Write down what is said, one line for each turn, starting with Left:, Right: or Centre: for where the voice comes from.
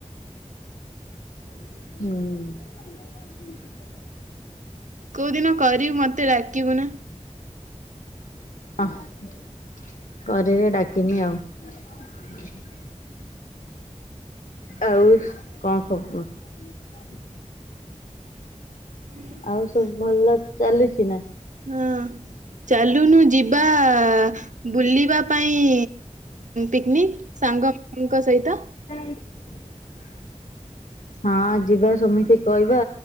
Left: ହୁଁ।
Right: କୋଉ ଦିନ କରିବୁ ମତେ ଡାକିବୁ ନା।
Left: <unintelligible> ଅହଁ। କରିଲେ ଡାକିମି ଆଉ <unintelligible> ଆଉ କଣ ଖବର <unintelligible>
Right: <unintelligible>
Left: ଆଉ ସବୁ ଭଲ ଚାଲିଛି ନା?
Right: ହଁ ଚାଲୁନୁ ଯିବା ଆ ବୁଲି। ଯିବା ପାଇଁ ପିକନିକ୍ ସାଙ୍ଗ ମାନଙ୍କ ସହିତ
Left: <unintelligible> ହଁ ଯିବା ସମିତି କି କହିବା